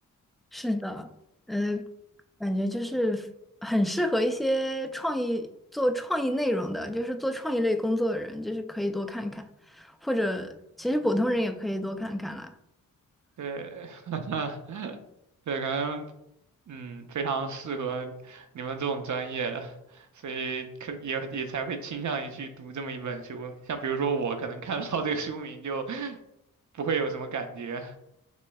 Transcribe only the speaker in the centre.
是的，呃，感觉就是很适合一些创意做创意内容的，就是做创意类工作的人，就是可以多看看，或者其实普通人也可以多看看啦。